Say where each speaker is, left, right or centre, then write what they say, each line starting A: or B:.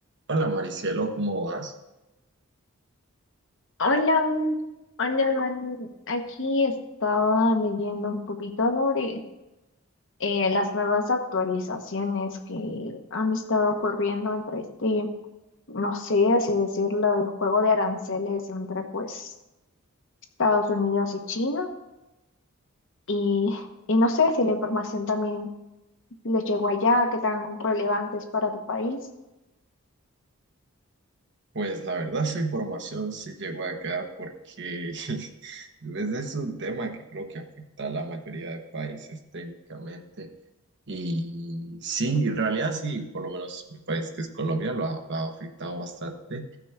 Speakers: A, on the right; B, on the left.
A: Hola Maricielo, ¿cómo vas?
B: Hola, mm, hola, Dani. Aquí estaba leyendo un poquito sobre eh, las nuevas actualizaciones que han estado ocurriendo entre este, no sé, así decirlo, el juego de aranceles entre pues Estados Unidos y China. Y, y no sé si la información también les llegó allá, qué tan relevante es para tu país.
A: Pues la verdad esa información sí llegó acá porque <laughs> ese es un tema que creo que afecta a la mayoría de países técnicamente. Y sí, en realidad sí, por lo menos mi país que es Colombia lo ha, lo ha afectado bastante